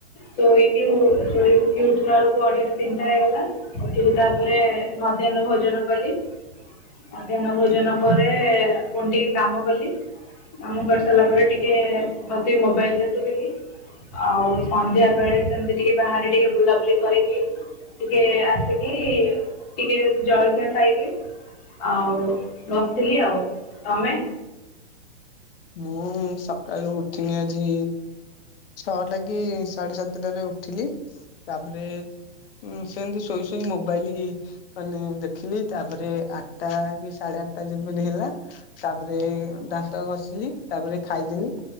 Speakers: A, on the left; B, on the left.
A: ଶୋଇକି ଶୋଇ ଉଠିଲା ବେଳକୁ ଅଢେଇଟା। ତିନିଟା ହେଇ ଗଲା ଉଠିକି ତାପରେ ମଧ୍ୟାହ୍ନ ଭୋଜନ କଲି। ମଧ୍ୟାନ ଭୋଜନ
B: ହଁ
A: ପରେ ପୁଣି ଟିକେ କାମ କଲି। କାମ କରି ସାରିଲା ପରେ ଟିକେ ବସି ମୋବାଇଲି ଦେଖୁଥିଲି। ଆଉ ସନ୍ଧ୍ୟା ବେଳେ ସେମିତି ଟିକେ ବାହାରେ ଟିକେ ବୁଲାବୁଲି କରିକି ଟିକେ ଆସିଲି ଟିକେ ଜଳଖିଆ ଖାଇଲି। ଆଉ ବସିଥିଲି ଆଉ ତମେ।
B: ମୁଁ ସକାଳୁ ଉଠିନି ଆଜି। ଛଅଟା କି ସାଢେ ସାତଟାରେ ଉଠିଲି ତାପରେ ହୁଁ ସେମିତି ଶୋଇ ଶୋଇ ମୋବାଇଲି ମାନେ ଦେଖିଲି ତାପରେ ଆଟା କି ସାଢେ ଆଟା ଯେମିତି ହେଲା ତାପରେ ଦାନ୍ତ ଘଷିଲି ତାପରେ ଖାଇଦେଲି